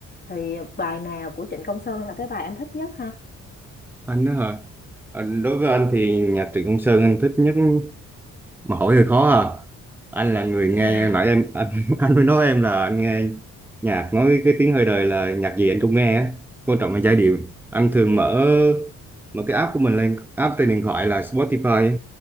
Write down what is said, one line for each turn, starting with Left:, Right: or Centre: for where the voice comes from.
Left: thì ờ, bài nào của Trịnh Công Sơn là cái bài anh thích nhất ha?
Centre: anh đó hả Ờ, đối với anh thì nhạc Trịnh Công Sơn anh thích nhất mà hỏi hơi khó à anh là người nghe
Left: <laughs>
Centre: nãy em anh <laughs> anh mới nói em là anh nghe nhạc nói cái tiếng hơi đời là nhạc gì anh cũng nghe á quan trọng là giai điệu anh thường mở mở cái app của mình lên app trên điện thoại là Spotify á.